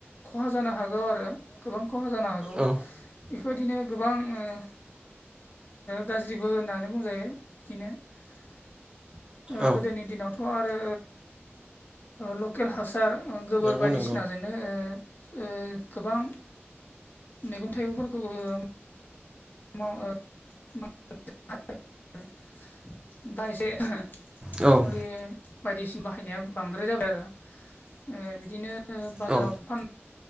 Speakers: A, on the left; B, on the right.
A: खहा जानो हागौ आरो गोबां खहा जानो हागौ।
B: औ
A: बेफोर बादिनो गोबां ओ गाज्रिबो होननानै बुंजायो बिदिनो ओ
B: औ
A: गोदोनि दिनावथ' आरो लकेल हासार गोबोर
B: नंगौ
A: ओ बायदिसिनाजों
B: नंगौ
A: नो ओ ओ गोबां मैगं-थाइगंफोरखौबो माव ओ मा <unintelligible>
B: औ।
A: माने बायदिसिना बाहायनाया बांद्राय जाबाय आरो ओ बिदिनो बाजाराव
B: औ
A: फा